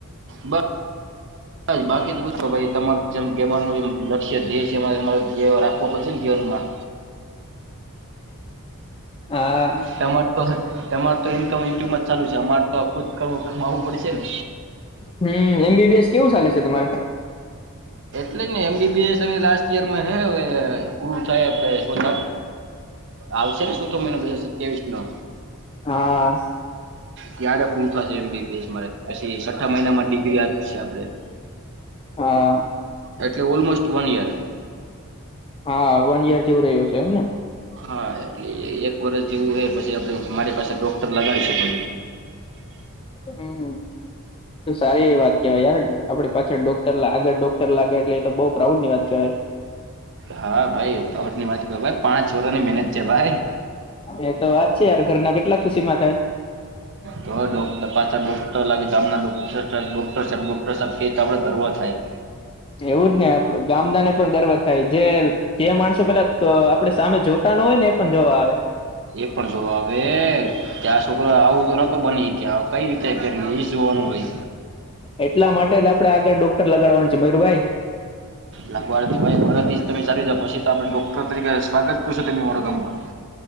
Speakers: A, on the right; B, on the left.
A: બ હા બાકી તો બ તમારે જેમ કવાનું લક્ષ્ય ધ્યય છેરે રાખવો પડેશે ને હમાં
B: હા
A: તમાર તો તમાર તો ઇન્કમ યુટ્યુબ જ ચાલુ છે અમારે તો આ ખુદ કરવું કમાવું પડેશે ને
B: હમ એમબીબીએસ કેવું ચાલે છે તમારે
A: એટઈને એમબીબી એસ હવે લાસ્ટ યરમાં હ હવે પૂરું થાય આપ સોના આવશે ને ચોથો મહિનો બે હજાર ત્રેવીસ નો
B: હા
A: ત્યારે પૂર એમબીબીએસ મા પછી છઠ્ઠા મહિનામાં ડિગ્રી આપશે આપડ
B: હા
A: એટલે ઓલમોસ્ટ વન ઇયર
B: હા વન યર જેવું રહ્યું છે એમ ને
A: હા એટલે એક વરષ જેવું હોય પછી આપડે મારી પાસે ડોક્ટર લગાડી શકો
B: હમ સારી એવી વાત કેહેવાય યાર આપડી પાછળ ડોક્ટર આગળ ડોક્ટર લાગે એટલે તો બહુ પ્રાઉડ ની વાત કહેવાય
A: હા ભાઈ ફઉટ ની વાત કર ભ પાંચ વર ની મહેનત છે ભાઈ
B: એ તો વાત છે યાર ઘરના કેટલા ખુશીમાં થાય.
A: તો ડોકર પાછા તો લે ગામોક્ટર સા ડોક્ટર સાબ આપડે ગરવ થાય
B: એવું જ ને આપડ ગામડા ને પણ ગરવ થાય જે જે માણસ પેલા આપે સામે જોતા ન હોય ને એ પણ જોવા આવે
A: એ પણ જો હવે ત્યાં છોકરો આવું તો નતો બની શક્યા કઈ રીતે કર્યું એ જોવાનું હોય.
B: એટલા માટે જ આપડે આગળ ડોક્ટર લગાડવાનું છે મયુરભાઈ <inaudible>
A: લાગવાડ ભ તરથી જ તમે ચા જ પછી તો આપણે ડોક્ટર તરીકે સ્વાગત કરશું ત માર ગમનું